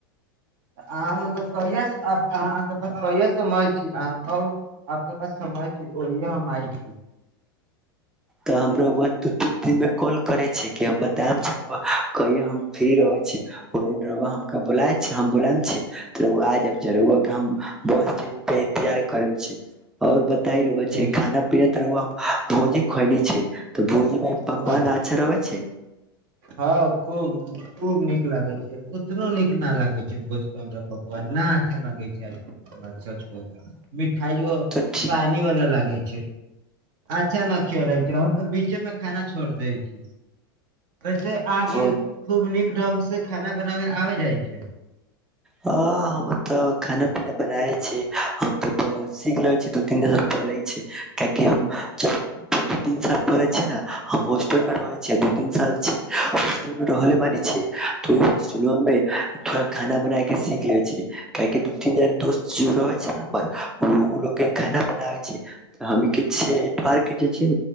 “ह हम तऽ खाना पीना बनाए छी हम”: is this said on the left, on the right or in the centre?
Centre